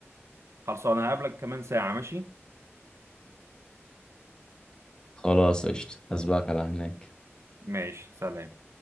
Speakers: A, on the right; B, on the left.
A: خلصانه هقابلك كمان ساعة ماشي
B: خلاص قشطه هسبقك على هناك
A: ماشي سلام